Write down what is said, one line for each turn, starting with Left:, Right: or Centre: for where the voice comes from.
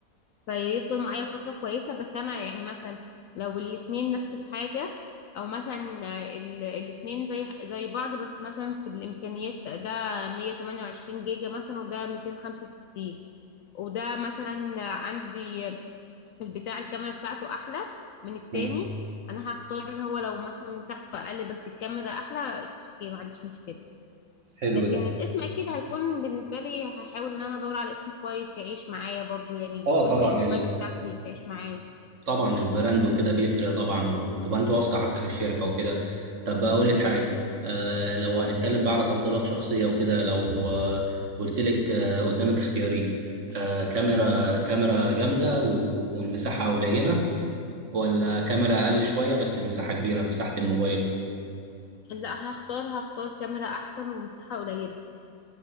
Left: فيفضل معايا فتره كويسه بس انا يعني مثلا لو الاتنين نفس الحاجه او مثلا آه، ال- الاتنين زي زي بعض بس مثلا في الامكانيات ده 128 جيجا مثلا وده 265 وده مثلا عندي البتاع الكاميرا بتاعته احلى من التاني
Right: امم
Left: انا هختار ان هو لو مثلا مساحته اقل بس الكاميرا احلى اتس اوكي ما عنديش مشكله
Right: حلو
Left: لكن
Right: ده
Left: الاسم اكيد هيكون بالنسبه لي هحاول ان انا ادور على اسم كويس يعيش معايا برضو يعني يكون
Right: اه طبعا
Left: الكواليتي بتاعته اللي تعيش معايا
Right: طبعا البراند وكده بيفرق طبعا وتبقى انت واثقه حتى في الشركه وكده طب اقول لك حاجه آه لو هنتكلم بقى على تفضيلات شخصيه وكده لو آه قلت لك آه قدامك اختيارين آه كاميرا كاميرا جامده و- والمساحه قليله ولا كاميرا اقل شويه بس المساحه كبيره مساحه الموبايل
Left: لا هختار هختار كاميرا احسن ومساحه قليله